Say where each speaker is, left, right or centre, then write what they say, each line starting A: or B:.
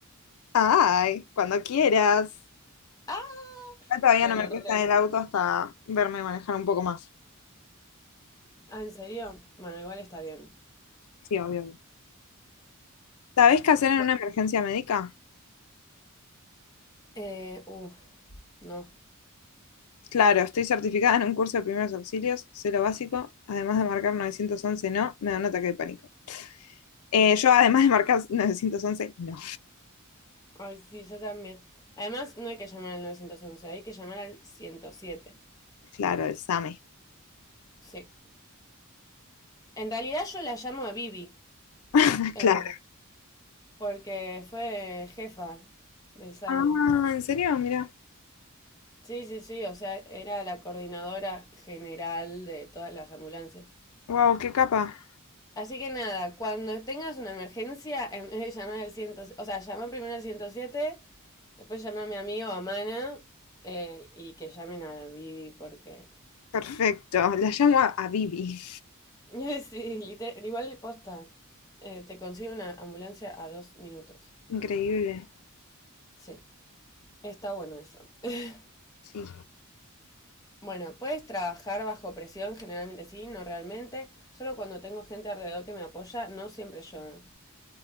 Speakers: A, on the left; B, on the left.
A: Ay, cuando quieras.
B: Ah,
A: Acá Todavía
B: bueno,
A: no me prestan
B: re.
A: el auto hasta verme manejar un poco más.
B: Ah, ¿en serio? Bueno, igual está bien.
A: Sí, obvio. obvio. ¿Sabés qué hacer en
B: Bueno,
A: una emergencia médica?
B: eh, uh, no.
A: Claro, estoy certificada en un curso de primeros auxilios, sé lo básico, además de marcar novecientos once, no, me da un ataque de pánico. Eh, yo además de marcar <laughs> 911, no.
B: Ay, sí, yo también. Además, no hay que llamar al novecientos once hay que llamar al ciento siete
A: Claro, el SAME.
B: Sí. En realidad yo la llamo a vivi
A: <laughs>
B: eh,
A: Claro.
B: porque fue jefa del SAME.
A: Ah, ¿en serio? Mira.
B: Sí, sí, sí, o sea, era la coordinadora general de todas las ambulancias.
A: Wow, qué capa.
B: Así que nada, cuando tengas una emergencia, en vez de llamar al ciento o sea, llama primero al ciento siete después llamame a mí o a Mana eh, y que llamen a vivi porque
A: Perfecto. La llamo a, a Bibi.
B: <laughs> Sí, literal, igual posta. Eh, te consigue una ambulancia a dos minutos.
A: Increíble.
B: Sí, está bueno eso. <laughs>
A: Sí.
B: Bueno, puedes trabajar bajo presión, generalmente sí, no realmente. Solo cuando tengo gente alrededor que me apoya, no siempre lloro.